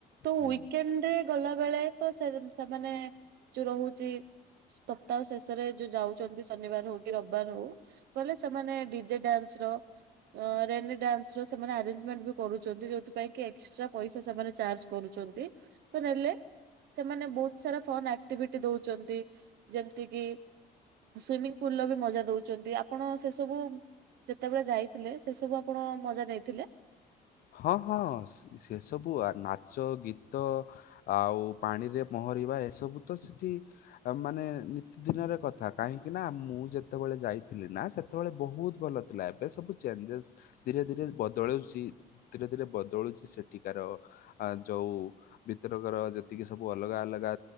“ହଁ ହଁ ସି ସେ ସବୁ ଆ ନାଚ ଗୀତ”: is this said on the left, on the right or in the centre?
Left